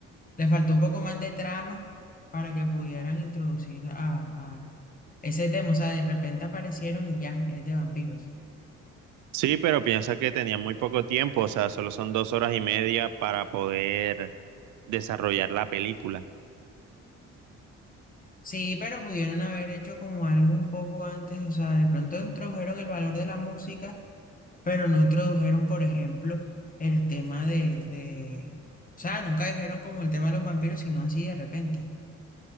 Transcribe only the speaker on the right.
Sí, pero piensa que tenía muy poco tiempo, o sea, solo son dos horas y media para poder desarrollar la película.